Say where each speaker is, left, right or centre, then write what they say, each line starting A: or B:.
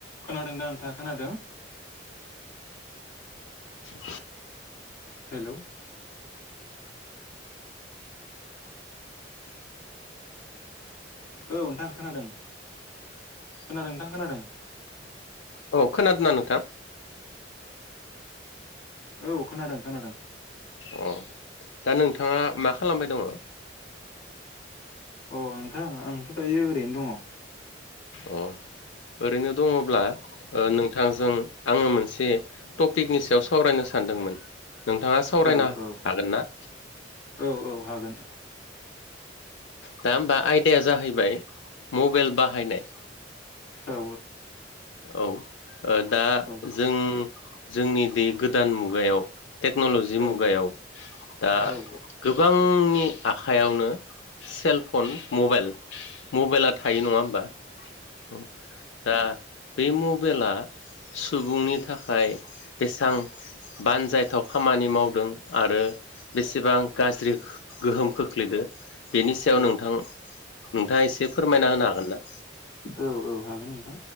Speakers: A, on the left (about 45°); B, on the left (about 80°).
A: खोनादों दा नोंथा खोनादों?
B: <inaudible>
A: हेलौ औ नोंथां खोनादों खोनादों नोंथां खोनादों।
B: औ खोनादोंना नोंथां।
A: औ खोनादों खोनादों।
B: अ दा नोंथाङा मा खालामबाय दङ।
A: अ नोंथां आंथ' दायो ओरैनो दङ।
B: अ ओरैनो दङब्ला ओ नों थांजों आङो मोनसे टपिकनि सायाव सावरायनो सानदोंमोन। नोंथाङा सावरायनो
A: औ औ
B: हागोन ना?
A: औ हागोन।
B: दा होमबा आयदाया जाहैबाय मबाइल बाहायनाय
A: औ
B: औ ओ दा
A: औ
B: जों जोंनि बे गोदान मुगायाव टेक्न'लजि
A: औ
B: मुगायाव दा
A: औ
B: गोबांनि आखाइयावनो सेलफन मबाइल मबाइला थायो नङा होमबा औ दा बे मबाइला सुबुंनि थाखाय बेसां बानजायथाव खामानि मावदों आरो बेसेबां गाज्रि गोहोम खोख्लैदो बेनि सायाव
A: औ
B: नोंथां नोंथाङा एसे फोरमायना होनो हागोन ना?
A: औ औ हागोन ओं